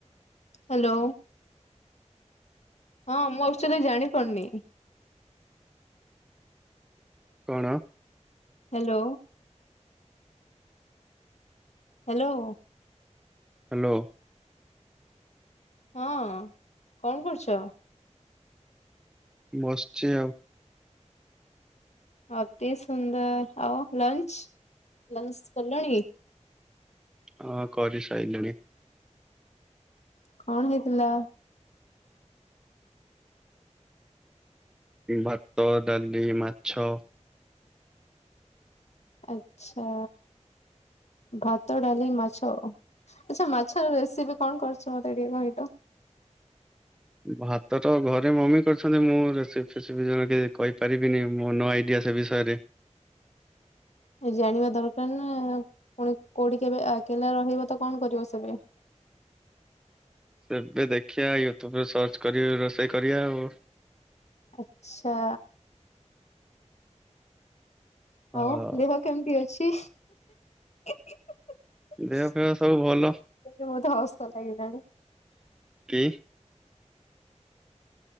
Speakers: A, on the left; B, in the centre.
A: ହ୍ୟାଲୋ। ହଁ ମୁଁ ଆକ୍ଚୁଆଲି ଜାଣି ପାରୁନି।
B: କଣ?
A: ହ୍ୟାଲୋ। ହ୍ୟାଲୋ।
B: ହ୍ୟାଲୋ।
A: ହଁ କଣ କରୁଛ?
B: ବସିଚି ଆଉ।
A: ଅତି ସୁନ୍ଦର। ଆଉ ଲଞ୍ଚ ଲଞ୍ଚ କଲଣି?
B: ହଁ କରି ସାଇଲିଣି।
A: କଣ ହେଇଥିଲା?
B: ଭାତ, ଡାଲି, ମାଛ।
A: ଆଚ୍ଛା। ଭାତ, ଡାଲି, ମାଛ। ଆଛା ମାଛର ରେସିପି କଣ କରିଛ ମତେ ଟିକେ କହିଲ।
B: ଭାତ ତ ଘରେ ମମି କରିଛନ୍ତି। ମୁଁ ରୋଷେଇ ଫୋଷେଇ ବିଷୟରେ କିଛି କହିପାରିବିନି ନେ ଆଇଡିଆ। ସେ ବିଷୟରେ
A: ଜାଣିବା ଦରକାର ନା। ପୁଣି କୋଉଠି କେବେ ଆକେଲା ରହିବ ତ କଣ କରିବ ସେବେ।
B: ଏବେ ଦେଖିବା ୟୁଟ୍ୟୁବରେ ସର୍ଚ୍ଚ କରି ରୋଷେଇ କରିବା ଆଉ।
A: ଆଛା।
B: ହଁ
A: ହଉ ଦେହ କେମିତି ଅଛି? ମତେ
B: ଦେହ ଫେହ ସବୁ ଭଲ
A: ବହୁତ ହସ ଲାଗିଲାଣି।
B: କି।